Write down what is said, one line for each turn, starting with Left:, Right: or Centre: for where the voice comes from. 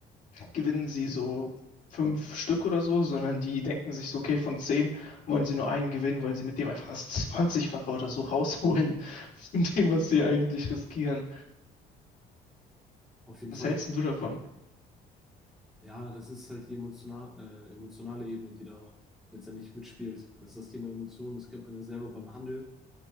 Left: gewinnen sie so fünf Stück oder so, sondern die denken sich so, okay, von zehn wollen sie nur einen gewinnen, weil sie mit dem einfach das zwanzigfache oder so rausholen von dem, was sie
Centre: ja,
Left: eigentlich riskieren.
Centre: auf jeden
Left: Was
Centre: Fall.
Left: hältst denn du davon?
Centre: Ja, das ist halt die emotional, äh, emotionale Ebene, die da letztendlich mitspielt. Das ist das Thema Emotionen, das kennt man ja selber beim Handel.